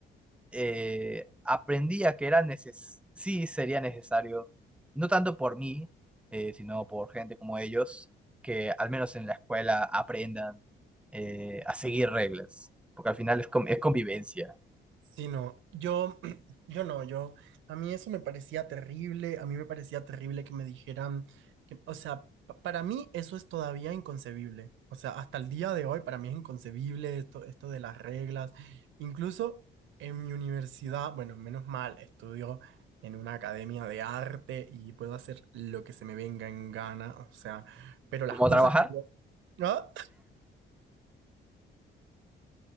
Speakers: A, in the centre; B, on the right.
A: eh, aprendía que era neces sí sería necesario, no tanto por mí, eh, sino por gente como ellos, que al menos en la escuela aprendan eh, a seguir reglas, porque al final es, con- es convivencia.
B: Sí, no, yo, <clears throat> yo no, yo, a mí eso me parecía terrible, a mí me parecía terrible que me dijeran, que, o sea, pa- para mí eso es todavía inconcebible, o sea, hasta el día de hoy para mí es inconcebible esto, esto de las reglas, incluso en mi universidad, bueno, menos mal, estudio en una academia de arte y puedo hacer lo que se me venga en gana, o sea, pero
A: ¿Cómo
B: las cosas
A: trabajar?
B: que yo... <laughs> ¿Ah?